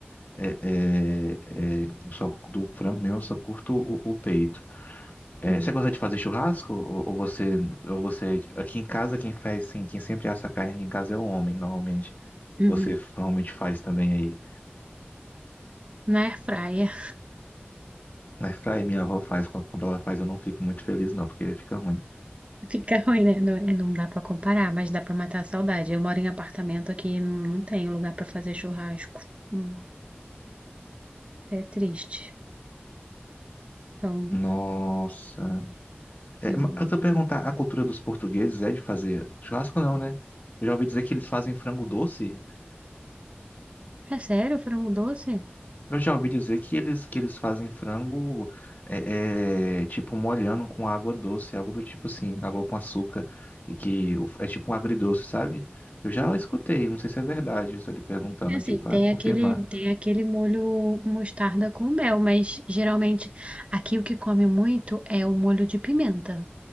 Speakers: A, on the left; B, on the right.
A: é, é, é, só do frango mesmo, eu só curto o, o peito. É,
B: uhum.
A: você gosta de fazer churrasco? Ou, ou você, ou você. Aqui em casa, quem faz, sim, quem sempre assa a carne aqui em casa é o homem, normalmente.
B: uhum.
A: Você normalmente faz também aí.
B: Na air fryer
A: Na fry, minha avó faz. Quando quando ela faz, eu não fico muito feliz, não, porque fica ruim.
B: <laughs> fica ruim, né? Não, é, não dá pra comparar, mas dá pra matar a saudade. Eu moro em apartamento aqui, não não tenho lugar pra fazer churrasco. Hum, é triste. Então,
A: Nossa. É,
B: hum.
A: ma- antes de eu perguntar, a cultura dos portugueses é de fazer churrasco, não, né? Eu já ouvi dizer que eles fazem frango doce.
B: é sério, frango doce?
A: Eu já ouvi dizer que eles, que eles fazem frango é, é, tipo molhando com água doce, algo do tipo assim, água com açúcar, e que o- é tipo um agridoce, sabe? Eu já escutei, não sei se é verdade, estou lhe perguntando
B: É Assim,
A: aqui para
B: tem
A: confirmar.
B: aquele, tem aquele molho mostarda com mel, mas geralmente aqui o que come muito é o molho de pimenta,